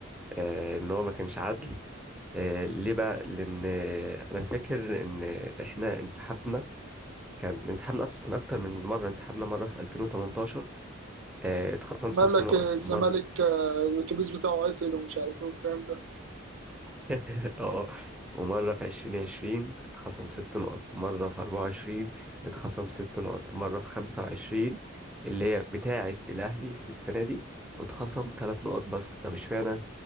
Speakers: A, in the centre; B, on the right.
A: آه إن هو ما كانش عدل آه ليه بقى؟ لأن آه، أنا فاكر إن إحنا انسحبنا كان انسحبنا أصلا أكتر من مرة انسحبنا مرة في 2018 آه اتخصم ست
B: قال لك
A: نقط
B: الزمالك
A: مرة
B: آه، الاتوبيس بتاعه عطل ومش عارف ايه والكلام ده
A: <laughs> اه ومرة في عشرين عشرين اتخصم ست نقط مرة في أربعة وعشرين اتخصم ست نقط مرة في خمسة وعشرين اللي هي بتاعة الأهلي السنة دي واتخصم تلات نقط بس طب اشمعنى